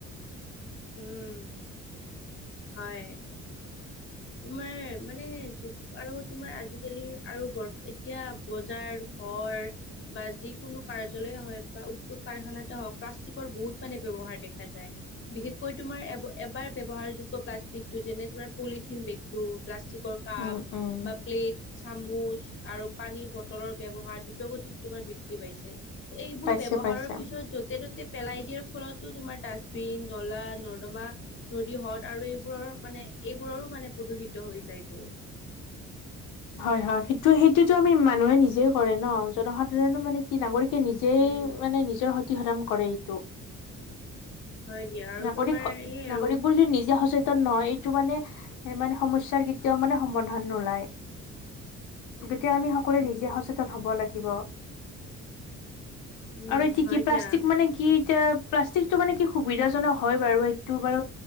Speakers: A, on the left (about 40°); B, on the left (about 85°).
A: উম, হয়। তোমাৰ মানে আৰু তোমাৰ আজিকালি আৰু বৰ এতিয়া বজাৰ হয়। বা যিকোনো কাৰ্যালয়ে হওক বা উদ্যোগ কাৰখানাতে হওঁক প্লাষ্টিকৰ বহুত মানে ব্যৱহাৰ দেখা যায়। বিশেষকৈ তোমাৰ এবাৰ ব্যৱহাৰযোগ্য প্লাষ্টিকটো যেনে তোমাৰ পলি বেগটো, প্লাষ্টিকৰ কাপ,
B: উম উম
A: বা প্লেট চামুচ আৰু, পানীৰ বটলৰ ব্যৱহাৰ দ্ৰুতগতিত তোমাৰ বৃদ্ধি পাইছে। এইবোৰ
B: পাইছে
A: ব্যৱহাৰৰ
B: পাইছে
A: পিছত, য'তে ত'তে পেলাই দিয়াৰ ফলতো, তোমাৰ ডাষ্টবিন নলা নৰ্দমা নদী, হ্ৰদ আৰু এইবোৰৰ মানে এইবোৰৰো মানে প্ৰদূষিত হৈ যায়তটো
B: হয়, হয়, সেইটো সেইটোতো আমি মানুহে নিজে কৰে ন জনসাধাৰণো মানে কি নাগৰিক নিজেই
A: উম
B: মানে নিজৰ সতি সতন কৰে এইটো।
A: হয় দিয়া আৰু
B: নাগৰিক
A: তোমাৰ এই
B: নাগৰিকবোৰ
A: আৰু
B: যদি নিজে সচেতন নহয়। সটো মানে, মানে সমস্যাৰ কেতিয়াও মানে সমাধান নোলায়। গতিয়া, আমি সকলোৱে
A: উম
B: নিজে সচেতন হ'ব লাগিব। আৰু,
A: উম
B: এতিয়া
A: হয়
B: কি প্লাষ্টিক
A: দিয়া
B: মানে কি এতিয়া প্লাষ্টিকটো মানে কি সুবিধা হয় বাৰু, সটো বাৰ